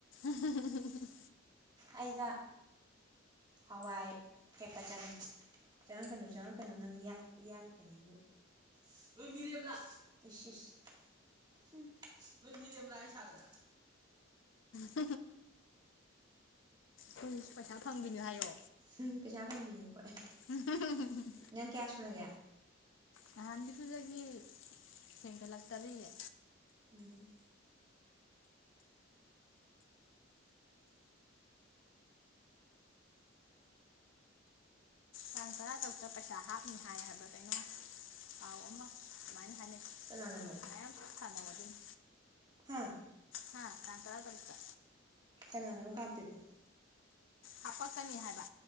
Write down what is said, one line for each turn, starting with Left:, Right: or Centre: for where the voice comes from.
Left: ꯎꯍꯨꯝ ꯍꯨꯝ ꯍꯨꯝ ꯍꯨꯝ
Right: ꯑꯩꯒ ꯍꯋꯥꯏ ꯍꯦꯛꯄ ꯆꯪꯉꯤ ꯆꯪꯉꯛꯀꯅꯨ ꯆꯪꯉꯛꯀꯅꯨ ꯅꯪ ꯌꯥꯠ ꯌꯥꯠꯀꯅꯤꯕꯨ ꯅꯣꯏ ꯃꯤꯔꯦꯝꯂꯥ ꯏꯁ ꯏꯁ ꯍꯨꯝ ꯅꯣꯏ ꯃꯤꯔꯦꯝꯂꯥ ꯑꯩ ꯁꯥꯗꯅ
Left: ꯍꯨꯝ ꯀꯣꯏꯁ ꯄꯩꯁꯥ ꯐꯪꯕꯤꯅꯦ ꯍꯥꯏꯌꯣ
Right: ꯍꯨꯝ ꯄꯩꯁꯥ ꯐꯪꯕꯤꯅꯤ- ꯑꯈꯣꯏ
Left: ꯎꯝ ꯍ ꯍ ꯍ ꯍ ꯍ
Right: ꯅꯪ ꯀꯌꯥ ꯁꯨꯔꯒꯦ
Left: ꯅꯍꯥꯟꯒꯤꯗꯨꯗꯒꯤ ꯍꯦꯟꯒꯠꯂꯛꯇꯔꯤꯌꯦ
Right: ꯎꯝ
Left: ꯇꯥꯡ ꯇꯔꯥ ꯇꯔꯨꯛꯇ ꯄꯩꯁꯥ ꯍꯥꯞꯅꯤ ꯍꯥꯏ ꯍꯥꯏꯕ꯭ꯔꯥ ꯀꯩꯅꯣ ꯄꯥꯎ ꯑꯃ ꯑꯗꯨꯃꯥꯏꯅ ꯍꯥꯏꯅꯩ
Right: ꯀꯅꯥꯅꯅꯣ
Left: ꯃꯌꯥꯝ ꯁꯥꯟꯅꯧ ꯑꯗꯨꯅꯤ
Right: ꯍꯥꯥ
Left: ꯍꯥ ꯇꯥꯡ ꯇꯔꯥ ꯇꯔꯨꯛ ꯇꯥ
Right: ꯀꯅꯥꯅꯅꯣ ꯀꯥꯞꯇꯣꯏꯕꯣ
Left: ꯍꯥꯞꯄꯛꯀꯅꯤ ꯍꯥꯏꯕ